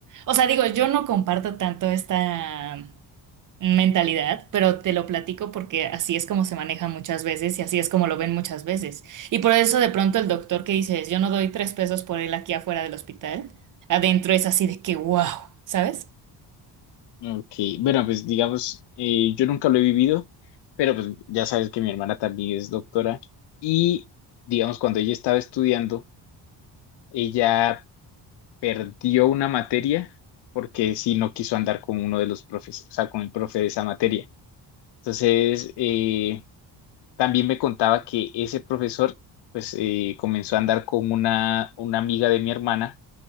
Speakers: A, on the right; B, on the left.
A: O sea, digo, yo no comparto tanto esta mentalidad, pero te lo platico porque así es como se maneja muchas veces y así es como lo ven muchas veces. Y por eso de pronto el doctor que dices, yo no doy tres pesos por él aquí afuera del hospital, adentro es así de que, wow, ¿sabes?
B: Ok, bueno, pues digamos, eh, yo nunca lo he vivido, pero pues ya sabes que mi hermana también es doctora y digamos, cuando ella estaba estudiando, ella perdió una materia porque sí no quiso andar con uno de los profes, o sea, con el profe de esa materia. Entonces, eh, también me contaba que ese profesor, pues, eh, comenzó a andar con una, una amiga de mi hermana